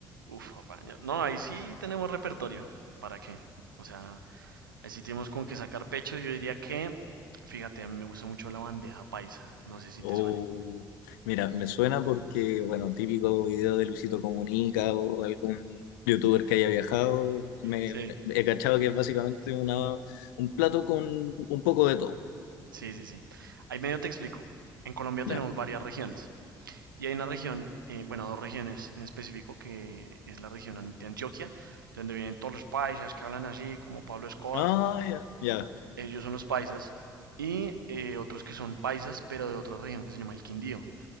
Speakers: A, on the right; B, on the left.
A: Uf, papá. ya- No, ahí sí tenemos repertorio. ¿Para qué? O sea, ahí sí tenemos con qué sacar pecho. Yo diría que, fíjate, a mí me gusta mucho la bandeja paisa. No sé si te
B: Oh,
A: suene.
B: mira, me suena porque, bueno, típico video de Luisito Comunica o algún youtuber que haya viajado, me,
A: Sí.
B: me- he cachado que es básicamente una, un plato con un poco de todo.
A: Sí, sí, sí. Ahí medio te explico. En Colombia tenemos
B: Ya.
A: varias regiones y hay una región, eh, bueno, dos regiones en específico, que es la región an- de Antioquia, de donde vienen todos los paisas que hablan así, como Pablo Escobar,
B: Ah, ya, ya,
A: ellos son los paisas, y eh, otros que son paisas, pero de otra región que se llama el Quindío.